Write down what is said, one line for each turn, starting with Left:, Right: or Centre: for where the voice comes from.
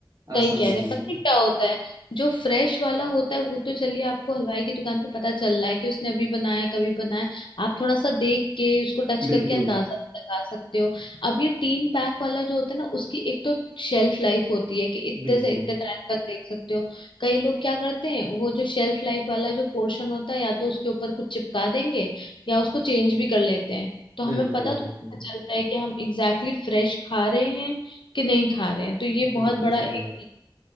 Right: आप
Left: सही
Right: समझ
Left: कह
Right: लीजिए
Left: रहे हैं। पता है क्या होता है जो फ्रेश वाला होता है वो तो चलिए आपको हलवाई की दुकान पे पता चल रहा है कि उसने अभी बनाया है, कभी बनाया है। आप थोड़ा सा देख के उसको टच
Right: बिल्कुल
Left: करके अंदाजा भी लगा सकते हो अब ये तीन पैक वाला जो होता है ना उसकी एक तो शेल्फ लाइफ होती है कि इतने
Right: बिल्कुल
Left: से इतने टाइम तक देख सकते हो कई लोग क्या करते हैं वो जो शेल्फ लाइफ वाला जो पोर्शन होता है या तो उसके ऊपर कुछ चिपका देंगे या उसको चेंज भी कर लेते हैं तो हमें
Right: बिल्कुल
Left: पता
Right: बिल्कुल
Left: थोड़ा चलता है कि हम एग्जैक्टली exactly फ्रेश खा रहे हैं कि नहीं खा रहे हैं तो ये
Right: बिल्कुल
Left: बहुत बड़ा
Right: सही
Left: एक
Right: बात